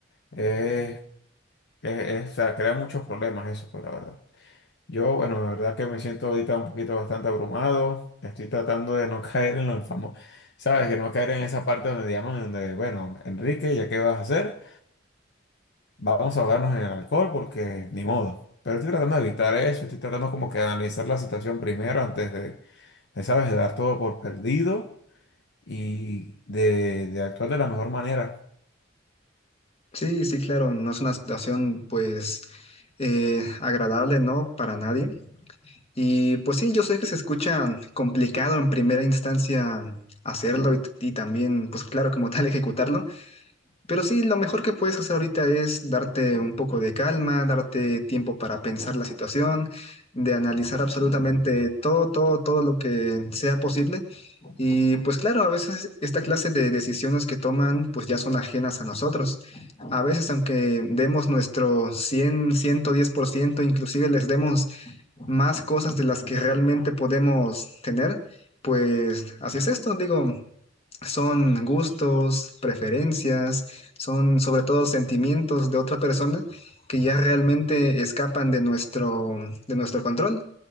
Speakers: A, on the left; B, on the left.
A: eh, es- es- o sea, crea muchos problemas eso, pues la verdad. Yo, bueno, la verdad que me siento ahorita un poquito bastante abrumado. Estoy tratando de no <laughs> caer en los famosos, ¿sabes? Que no caer en esa parte donde llaman, donde, bueno, Enrique, ¿ya qué vas a hacer? Vamos a ahogarnos en el alcohol porque ni modo. Pero estoy tratando de evitar eso, estoy tratando como que de analizar la situación primero antes de, de, ¿sabes? De dar todo por perdido y de, de actuar de la mejor manera.
B: Sí, sí, claro, no es una situación pues eh, agradable, ¿no? Para nadie. Y pues sí, yo sé que se escucha complicado en primera instancia hacerlo y, y también, pues claro, como tal, <laughs> ejecutarlo, pero sí, lo mejor que puedes hacer ahorita es darte un poco de calma, darte tiempo para pensar la situación, de analizar absolutamente todo, todo, todo lo que sea posible. Y pues claro, a veces esta clase de decisiones que toman, pues ya son ajenas a nosotros. A veces, aunque demos nuestro cien ciento diez por ciento inclusive les demos más cosas de las que realmente podemos tener, pues así es esto, digo, son gustos, preferencias, son sobre todo sentimientos de otra persona que ya realmente escapan de nuestro, de nuestro control.